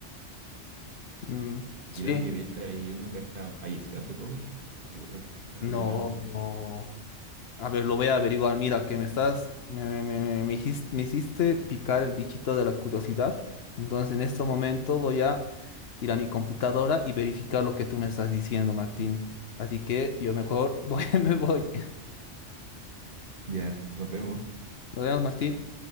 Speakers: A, on the left; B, on the right.
A: Mm,
B: y
A: sí,
B: creo que de hecho hay uno que hasta falleció hace poco, no me acuerdo, algo
A: no.
B: bien la noticia.
A: A ver, lo voy a averiguar. Mira, que me estás, me, me, me, me- me hijis- me hiciste picar el bichito de la curiosidad. Entonces, en este momento voy a ir a mi computadora y verificar lo que tú me estás diciendo, Martín. Así que yo mejor voy, <laughs> me voy.
B: Ya, nos vemos.
A: Nos vemos, Martín.